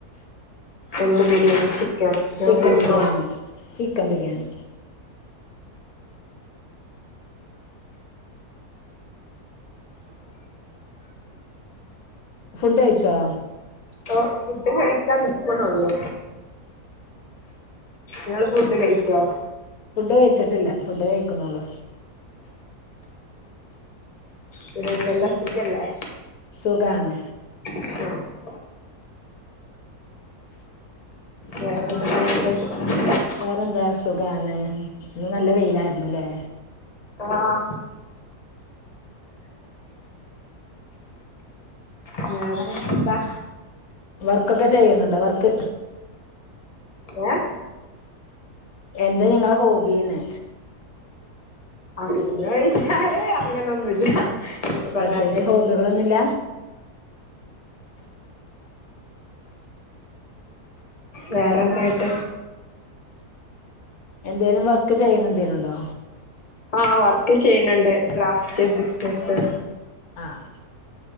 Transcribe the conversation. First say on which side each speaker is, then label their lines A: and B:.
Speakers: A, on the left; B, on the left.
A: എന്ത് ബിരിയാണി ചിക്കൻ ഞാൻ
B: ചിക്കൻ
A: ബീഫോ
B: ബിരിയാണി ചിക്കൻ ബിരിയാണി ഫുഡ് കയ്ച്ചോ?
A: പ്പൊ പഫുഡ്‌ കഴിക്കാൻ നിക്ക്ണൊള്ളൂ നങ്ങള് ഫുഡ് കഴിച്ചോ?
B: കയിച്ചിട്ടില്ല ഫുഡ് കഴിക്ണോള്ളൂ
A: പിന്നെ എന്തെല്ലാം സുഖല്ലേ?
B: സുഖാണ്
A: മ്മ് ഹ് വേറെന്തേ <inaudible>
B: വേറെന്താ സുഖാണ് ഇന്ന് നല്ല വെയിലായിരുന്നുല്ലേ
A: ആഹ് <inaudible> എന്താ
B: വർക്കോക്കെ ചെയ്യണ് ണ്ടോ വർക്ക്
A: ഏഹ്
B: എന്താ നിങ്ങള ഹോബിന്ന്
A: അങ്ങനോയ്ച്ചാല് അങ്ങനൊന്നുല്ല എന്താ പറഞ്ഞാല്
B: പ്രത്യേകിച്ച് ഹോബികളൊന്നുല്ല
A: വേറെ എന്തായിട്ട്
B: എന്തേലും വർക്ക് ചെയ്യണ എന്തേലും ഇണ്ടോ
A: ആഹ് വർക്ക് ചെയ്യുന്നുണ്ട് ഗ്രാഫ്റ്റ് ബിസിനസ്സ്
B: ആഹ്